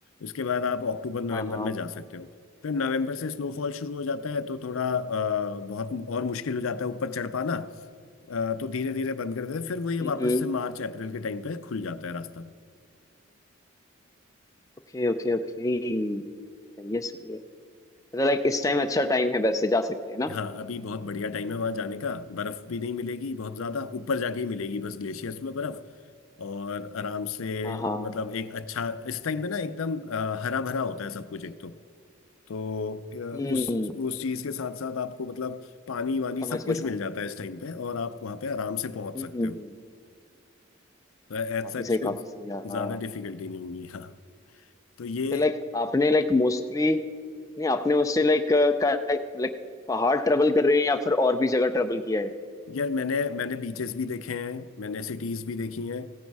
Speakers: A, on the left; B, on the left.
A: उसके बाद आप अक्टूबर नवंबर
B: हाँ हाँ
A: में जा सकते हो फिर नवंबर से स्नोफॉल शुरू हो जाता है तो थोड़ा अ, बहुत और मुश्किल हो जाता है ऊपर चढ़ पाना अ, तो धीरे धीरे बंद कर देते हैं फिर वही
B: हम्म
A: वापस से मार्च अप्रैल के टाइम पे खुल जाता है रास्ता
B: Okay okay okay सही है सही है मतलब लाइक इस टाइम अच्छा टाइम है वैसे जा सकते हैं ना
A: हाँ अभी बहुत बढ़िया टाइम है वहां जाने का बर्फ भी नहीं मिलेगी बहुत ज्यादा ऊपर जाके ही मिलेगी बस ग्लेशियर्स में बर्फ और आराम से
B: हाँ हाँ
A: मतलब एक अच्छा इस टाइम पे ना एकदम हरा भरा होता है सब कुछ एक तो तो
B: हम्म
A: अ, उस उस चीज के साथ साथ आपको मतलब पानी वानी
B: समझ
A: सब
B: गया
A: कुछ
B: समझ
A: मिल
B: गया
A: जाता है इस टाइम पे और आप वहां पे आराम से पहुंच
B: हम्म
A: सकते
B: हम्म
A: हो
B: हम्म
A: एज
B: काफी
A: सच
B: सही
A: कुछ
B: काफी सही यार
A: ज्यादा डिफिकल्टी नहीं होगी हाँ तो ये
B: तो लाइक आपने लाइक मोस्टली नहीं आपने मोस्टली लाइक का लाइक पहाड़ ट्रेवल कर रहे हैं या फिर और भी जगह ट्रेवल किया है
A: यार मैंने मैंने बीचेस भी देखे हैं मैंने सिटीज भी देखी हैं